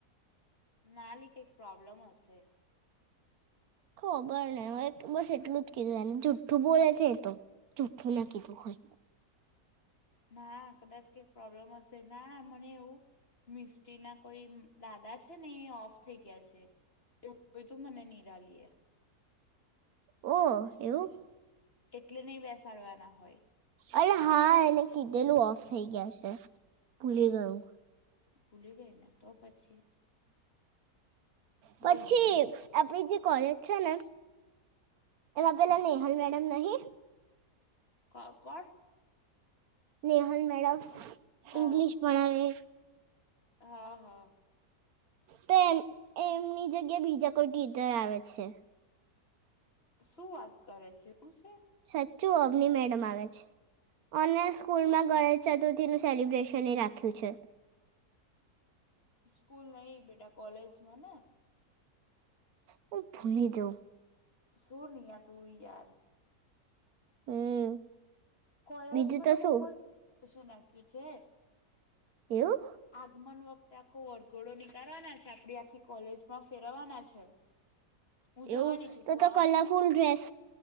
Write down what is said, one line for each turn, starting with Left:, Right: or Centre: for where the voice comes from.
Left: ના ની કઈક પ્રોબ્લમ હશે.
Right: ખબર નઈ બસ એટલું જ કીધુંને જુઠું બોલે છે એતો જુઠ્ઠું ના કીધું હોય.
Left: ના કદાચ કઈક પ્રોબ્લેમ હશે ના મને એવું મિસ્ટ્રીના કોઈ દાદા છે ને એ ઓફ થઈ ગયા છે એવું કોઈ તું મને નહી <inaudible>
Right: ઓ, એવું.
Left: એટલે બેસાડવાના હોય.
Right: અ હા એને કીધેલું ઓફ થઈ ગયા છે ભૂલી ગયું.
Left: ભૂલી ગઈને તો પછી.
Right: હ. પછી
Left: બોલ બીજું
Right: આપડી જે કોલેજ છે ને, એમાં પેલા નેહલ મેડમ નહી.
Left: ક કોણ?
Right: નેહલ મેડમ.
Left: હા
Right: ઇંગ્લિશ ભણાવે.
Left: હા હા.
Right: તો એમ એમની જગ્યા બીજા કોઈ ટીચર આવે છે.
Left: શું વાત કરે છે શું છે?
Right: સચ્ચું અવનિ મેડમ આવે છે, ઓનલાન સ્કૂલમાં ગણેશ ચતુર્થીનું સેલિબ્રેશન એ રાખ્યું છે.
Left: સ્કૂલ નહી બેટા કોલેજમાં ને.
Right: હું ભૂલી જાઉ.
Left: સૂર નિયા તુંયાર.
Right: હમ
Left: કોલેજમાં
Right: બીજું
Left: તો
Right: શું
Left: બહુ મસ્ શું નાખ્યું છે.
Right: એવું
Left: આગમન વખતે આખો વરઘોડો ની કરવાના છે આપડી આખી કોલેજ માં ફેરવાના છે. હું જવાની
Right: એવું,
Left: છું
Right: તો
Left: તું
Right: તો
Left: આવવાની
Right: કલરફુલ
Left: છું
Right: ડ્રેસ